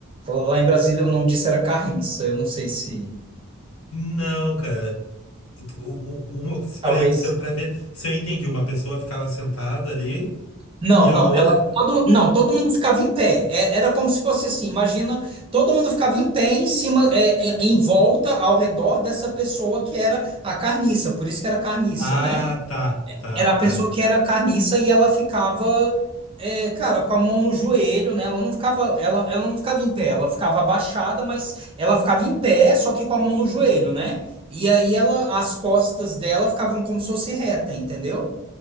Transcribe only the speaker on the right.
Lá em Brasília o nome disso era carriça. Eu não sei se.
Talvez.
Não,
não,
ela todo, não, todo mundo ficava em pé. É, era como se fosse assim, imagina, todo mundo ficava em pé em cima, é, em, em volta, ao redor dessa pessoa que era a carniça, por isso que era carniça,
né?
Era a
pessoa que era carniça e ela ficava, é, cara, com a mão no joelho, né? Ela não ficava, ela, ela não ficava em pé, ela ficava abaixada, mas ela ficava em pé, só que com a mão no joelho, né? E aí ela, as costas dela ficavam como se fosse reta, entendeu?